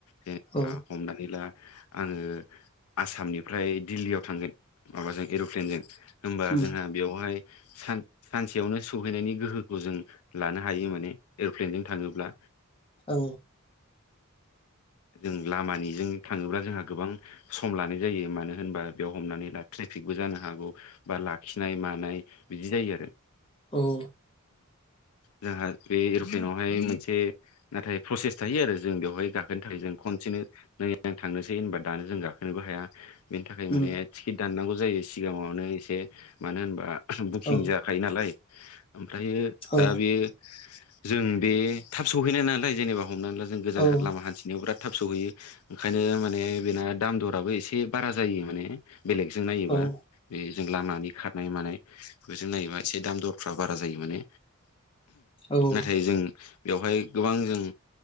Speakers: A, on the left (about 80°); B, on the left (about 25°).
A: जेनेबा
B: औ
A: हमनानै ला आङो आसामनिफ्राय दिल्लीयाव थांगोन माबाजों एर'प्लेनजों होमबा
B: उम
A: जोंहा बेवहाय सान सानसेयावनो सहैनायनि गोहोखौ जों लानो हायो माने एर'प्लेनजों थाङोब्ला
B: औ
A: जों लामानि जों थाङोब्ला जोंहा गोबां सम लानाय जायो मानो होनोबा बेयाव हमनानै ला ट्रेफिकबो जानो हागौ बा लाखिनाय मानाय बिदि जायो आरो
B: औ ओ
A: जोंहा बे एर'प्लेनावहाय मोनसे नाथाय प्रसेस थायो आरो जों बेयाव बेवहाय गाखोनो थाखाय जों खनसेनो नै थांनोसै होनबा दानो जों गाखोनोबो हाया बेनि थाखाय
B: उम
A: माने टिकेट दाननांगौ जायो सिगाङावनो एसे मानो होनबा बुकिं
B: औ
A: जाखायो नालाय ओमफ्रायो
B: औ
A: दा बे जों बे थाब सौहैनाय नालाय जेनेबा हमनानै ला जों गोजान
B: औ उम
A: लामा हान्थिनायाव बेराद थाब सहैयो ओंखायनो माने बेना दाम दराबो एसे बारा जायो माने बेलेगजों नायोबा
B: औ
A: बेजों लामानि खारनाय मानाय बेजों नायोबा एसे दाम दरफ्राव बारा जायो माने
B: औ
A: नाथाय जों बेवहाय गोबां जों